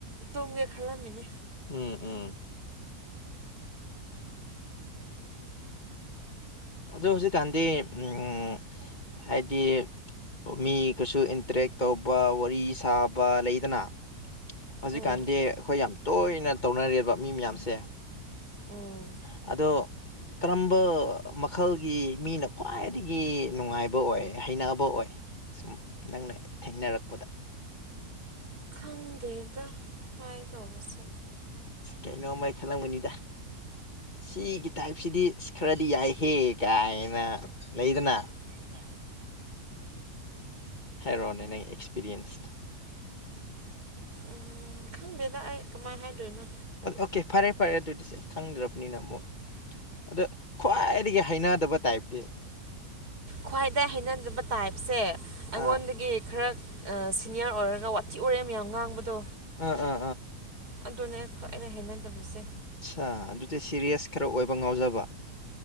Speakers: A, on the right (about 85°); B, on the left (about 30°).
A: ꯇꯨꯝꯒꯦ ꯈꯜꯂꯝꯃꯤꯅꯦ
B: ꯎꯝ ꯎꯝ ꯑꯗꯣ ꯍꯧꯖꯤꯛꯀꯥꯟꯗꯤ ꯎꯝ ꯍꯥꯏꯗꯤ ꯃꯤ ꯀꯁꯨ ꯏꯟꯇꯔꯦꯛ ꯇꯧꯕ ꯋꯥꯔꯤ ꯁꯥꯕ ꯂꯩꯗꯅ ꯍꯧꯖꯤꯛꯀꯥꯟꯗꯤ
A: ꯎꯝ
B: ꯑꯩꯈꯣꯏ ꯌꯥꯝ ꯇꯣꯏꯅ ꯇꯧꯅꯔꯦꯕ ꯃꯤ ꯃꯌꯥꯝꯁꯦ
A: ꯎꯝ
B: ꯑꯗꯣ ꯀꯔꯝꯕ ꯃꯈꯜꯒꯤ ꯃꯤꯅ ꯈ꯭ꯋꯥꯏꯗꯒꯤ ꯅꯨꯡꯉꯥꯏꯕ ꯑꯣꯏ ꯍꯩꯅꯕ ꯑꯣꯏ ꯁꯨꯝ ꯅꯪꯅ ꯊꯦꯡꯅꯔꯛꯄꯗ
A: ꯈꯪꯗꯦꯗ ꯍꯥꯏꯗꯧꯕꯁꯦ
B: ꯀꯩꯅꯣꯝꯃ ꯈꯜꯂꯝꯒꯅꯤꯗ ꯁꯤꯒꯤ ꯇꯥꯏꯞꯁꯤꯗꯤ ꯑ ꯈꯔꯗꯤ ꯌꯥꯏꯍꯦ ꯀꯥꯏꯅ ꯂꯩꯗꯅ
A: ꯑꯩꯗ
B: ꯍꯥꯏꯔꯣꯛꯑꯣꯅꯦ ꯅꯪ ꯑꯦꯛꯁꯄꯦꯔꯤꯌꯦꯟꯁ
A: ꯎꯝ ꯈꯪꯗꯦꯗ ꯑꯩ ꯀꯃꯥꯏꯅ ꯍꯥꯏꯗꯣꯏꯅꯣ
B: ꯑꯣꯀꯦ ꯐꯔꯦ ꯐꯔꯦ ꯑꯗꯨꯗꯤ ꯁꯦ ꯈꯪꯗ꯭ꯔꯕꯅꯤꯅ ꯑꯃꯨꯛ ꯑꯗ ꯈ꯭ꯋꯥꯏꯗꯒꯤ ꯍꯩꯅꯗꯕ ꯇꯥꯏꯞꯇꯤ
A: ꯈ꯭ꯋꯥꯏꯗ ꯍꯩꯅꯗꯕ ꯇꯥꯏꯞꯁꯦ ꯑꯩꯉꯣꯟꯗꯒꯤ
B: ꯑꯥ
A: ꯈꯔ ꯁꯤꯅꯤꯌꯔ ꯑꯣꯏꯔꯒ ꯋꯥꯊꯤ ꯋꯔꯦꯝ ꯃꯌꯥꯝ ꯉꯥꯡꯕꯗꯣ
B: ꯑ ꯑ
A: ꯑꯗꯨꯅꯦ ꯑꯩꯅ ꯍꯩꯅꯗꯕꯁꯦ
B: ꯑꯠꯆꯥ ꯑꯗꯨꯗꯤ ꯁꯤꯔꯤꯌꯁ ꯈꯔ ꯑꯣꯏꯕ ꯉꯥꯎꯖꯕ